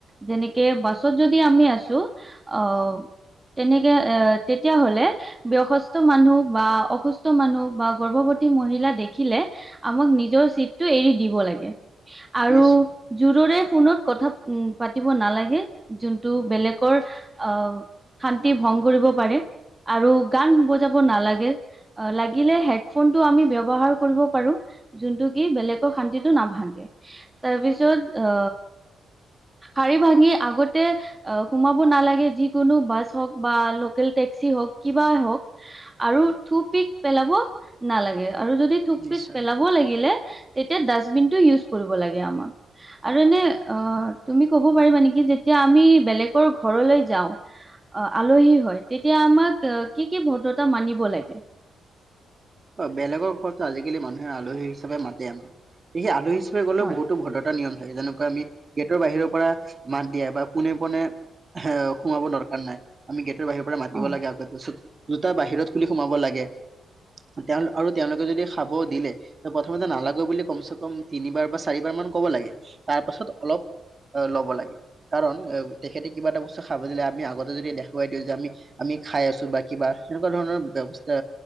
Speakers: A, on the right (about 20°); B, on the right (about 40°).
A: যেনেকে বাছত যদি আমি আছোঁ অ', তেনেকে অ', তেতিয়াহ'লে বয়সস্থ মানুহ বা অসুস্থ স্থ মানুহ বা গৰ্ভৱতী মহিলা দেখিলে আমাক নিজৰ চিতটো এৰি দিব লাগে। আৰু
B: নিশ্চয়
A: জোৰৰে ফোনত কথা উম, পাতিব নালাগে যোনটো বেলেগৰ আ শান্তি ভংগ কৰিব পাৰে, আৰু গান বজাব নালাগে। অ', লাগিলে হেডফোনটো আমি ব্যৱহাৰ কৰিব পাৰো। যোনটো কি বেলেগৰ শান্তিটো নাভাগে, তাৰ পিছত অ শাৰী ভাঙি আগতে অ' সোমাব নালাগে যিকোনো বাছ হওঁক বা লোক কেল টেক্সি হওঁক কিবা হওঁক আৰু থু পিক পেলাব নালাগে, আৰু যদি থুক
B: নিশ্চয়।
A: পিক পেলা ব লাগিলে তেতিয়া ডাষ্টবিনতো ইউজ কৰিব লাগে আমাৰ। আৰু এনে আ তুমি ক'ব পাৰিবা নেকি যেতিয়া আমি বেলেগৰ ঘৰলৈ যাওঁ অ', আলহী হয়, তেতিয়া আমাক কি কি ভদ্ৰতা মানিব লাগে?
B: অ', বেলেগৰ ঘৰত আজিকালি মানুহে আলহী হিচাপে মাতে আমাক। গতিকে আলহী হিচাপে গ'লেও
A: হয়
B: বহুতো ভদ্ৰতা নিয়ম থাকে। যেনে কৈ আমি গেটৰ বাহিৰৰ পৰা মাত দিয়া, বা পোনে পোনে এ সোমাব দৰকাৰ নাই। আমি গেটৰ বাহিৰ পৰা মাতিব
A: অ
B: লাগে, আকৌ জোতা বাহিৰত খুলি সোমাব লাগে। তেওঁ আৰু তেওঁলোকে যদি খাব দিলে প্ৰথমতে নালাগে বুলি কমচে কম তিনিবাৰ বা চাৰিবাৰ মান ক'ব লাগে, তাৰ পাছত অলপ আ, লব লাগে। কাৰণ এ তেখেতে কিবা এটা বস্তু খাব দিলে আমি আগতে যদি দেখুৱাই দিওঁ যে আমি আমি খাই আছো বা কিবা সেনেকুৱা ধৰণৰ ব্যৱস্থা